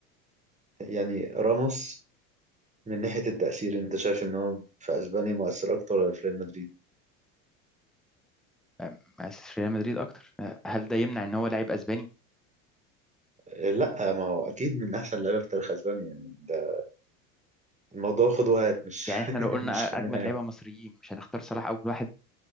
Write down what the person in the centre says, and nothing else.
أم، مؤسس ريال مدريد اكتر أه، هل ده يمنع ان هو لعيب اسباني
يعني احنا
لو قلنا
اجمد
لعيبة مصريين مش هنختار صلاح اول واحد